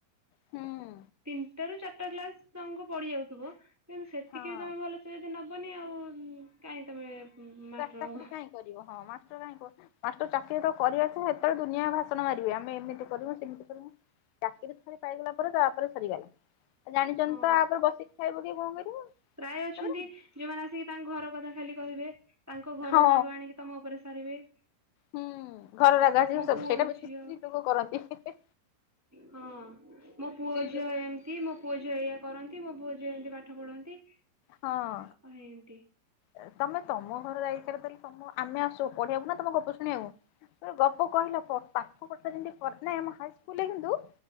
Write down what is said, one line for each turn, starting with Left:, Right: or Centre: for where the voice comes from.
Left: ହୁଁ।
Centre: ତିନିଟା ରୁ ଚାରିଟା କ୍ଲାସ ତାଙ୍କୁ ପଡି ଯାଉଥିବ କିନ୍ତୁ ସେତିକି
Left: ହଁ
Centre: ବି ତମେ ଭଲ ସେ ତ ନବନି ଆଉ କାଇଁ ତମେ ମାଷ୍ଟର
Left: ତା ଚାକିରି
Centre: ହବ।
Left: କାଇଁ କରିବ ହଁ ମାଷ୍ଟର କାଇଁ କହୁ ମାଷ୍ଟର ଚାକିରୀ ତ କରିବାର ଥିବ ହେତେବେଳେ ଦୁନିଆ ଭାଷଣ ମାରିବେ ଆମେ ଏମିତି କରିବୁ ସେମିତି କରିବୁ ଚାକିରି ଥରେ ପାଇଗଲା ପରେ ତାପରେ ସରିଗଲା। ଆଉ ଜାଣିଛଛନ୍ତି
Centre: ହଁ
Left: ତ ଆପରେ ବସିିକି ଖାଇବ କି କଣ କରିବ ତାପରେ?
Centre: ପ୍ରାୟ ଅଛନ୍ତି ଯୋଉମାନେ ଆସିକି ତାଙ୍କ ଘର କଥା ଖାଲି କହିବେ ତାଙ୍କ ଘର
Left: ହଁ
Centre: ରାଗ ଆଣିକି ତମ ଉପରେ ସାରିବେ।
Left: ହୁଁ ଘର ରାଗ ଆସିକି
Centre: ମୋ
Left: ସବୁ
Centre: ପୁଅ
Left: ସେଇଟା ବେଶୀ
Centre: ଝିଅ
Left: ସ୍ତ୍ରୀ ଲୋକ କରନ୍ତି।
Centre: ହଁ ମୋ ପୁଅ ଝିଅ
Left: ଲୋକମାନେ
Centre: ଏମ ଚି ମୋ ପୁଅ ଝିଅ ଏଇଆ କରନ୍ତି ମୋ ପୁଅଝିଅ ଏମିତି ପାଠ ପଢନ୍ତି।
Left: ହଁ।
Centre: ହ ଏମତି।
Left: ଏ ତମେ ତମ ଘର ଦାୟିତ୍ବରେ ଦେଲେ ତମ ଆମେ ଆସୁଚୁ ପଢିବାକୁ ନା ତମ ଗପ ଶୁଣିବାକୁ। ଗପ କହିଲ ପ ପାଠ ପଚାରିନ୍ ଟିକେ କରିନେ ଆମ ହାଇସ୍କୁଲରେ କିନ୍ତୁ